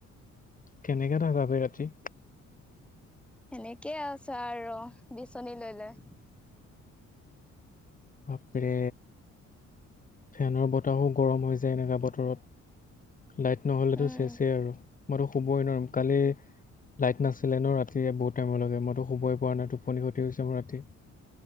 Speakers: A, on the left; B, in the centre.
A: কেনেকে থাকা বে ৰাতি?
B: সেনেকেই আছো আৰু, বিচনী লৈ লৈ।
A: বাপৰে! ফেনৰ বতাহো গৰম হৈ যায় এনেকা বতৰত। লাইট নহ'লেতো
B: উম
A: চেছেই আৰু, মইতো শুবই নোৱাৰিম- কালি লাইট নাছিলে ন ৰাতিৰ বহুত টাইম' লৈকে- মইতো শুবই পৰা নাই টোপনি খতি হৈছে মোৰ ৰাতি।